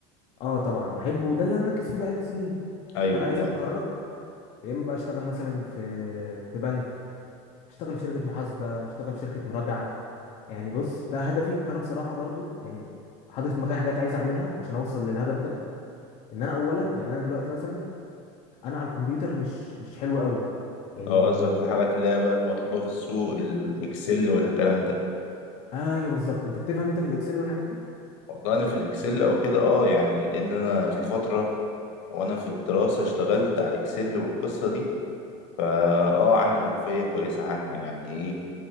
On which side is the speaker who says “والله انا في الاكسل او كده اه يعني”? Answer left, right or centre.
Left